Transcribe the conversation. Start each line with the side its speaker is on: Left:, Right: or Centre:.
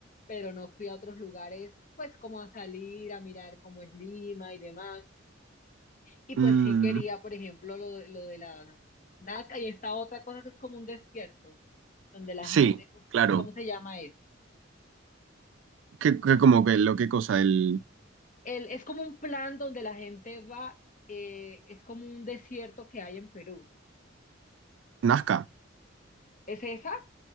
Left: pero no fui a otros lugares, pues como a salir, a mirar cómo es Lima y demás. Y pues
Right: mm,
Left: sí quería, por ejemplo, lo, de- lo de la Nazca y esta otra cosa que es como un desierto, donde la
Right: sí,
Left: gente, co-
Right: claro.
Left: ¿cómo se llama eso?
Right: ¿Qué, qué- como que lo qué cosa? El
Left: El, es como un plan donde la gente va, eh, es como un desierto que hay en Perú.
Right: Nazca.
Left: ¿Es esa?